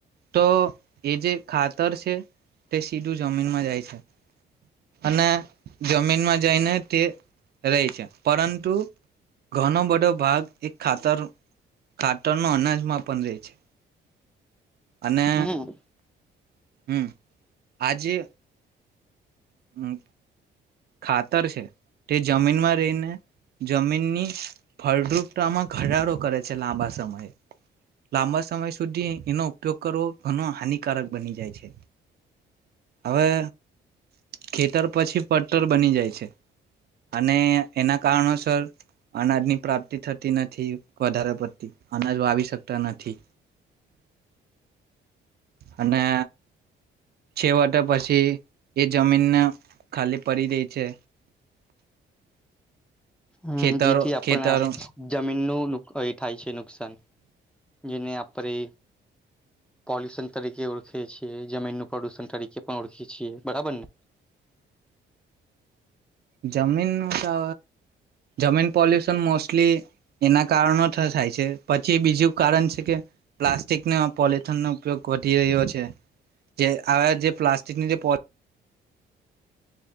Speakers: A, on the right; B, in the centre.
A: તો એ જે ખાતર છે તે સીધું જમીનમાં જાય છે અને જમીનમાં જઈને તે રેય છે. પરંતુ! ઘનો બધો ભાગ એક ખાતર ખાતર નો અનાજમાં પણ રેય છે. અને
B: હમ
A: હમ આજે હમ ખાતર છે, તે જમીનમાં રહીને જમીનની ફળદ્રુપતામાં ઘટાડો કરે છે, લાંબા સમયે લાંબા સમય સુધી એનો ઉપયોગ કરવો ઘણો હાનિકારક બની જાય છે. હવે ખેતર પછી પડટર બની જાય છે, અને એના કારણોસર અનાજની પ્રાપ્તિ થતી નથી વધારે પડતી અનાજ વાવી શકતા નથી. અને છેવટે પછી એ જમીનને ખાલી પડી રેય છે.
B: હમ
A: ખેતરો
B: જેથી આપણા
A: ખેતરો
B: જમીનનું કઈ થાય છે. ન નુકસાન જેને આપણે પોલ્યુશન તરીકે ઓળખીએ છીએ જમીન ન પ્રદ્યુષણ તરીકે પણ ઓળખીએ છીએ બરાબર ને
A: જમીનનું તો જમીન પોલ્યુશન મોસ્ટલી એના કારણો થાય છે પછી બીજું કારણ છે કે પ્લાસ્ટિકનો પોલથનનો ઉપયોગ વધી રહ્યો છે જે હ જે પ્લાસ્ટિકની જે પોલ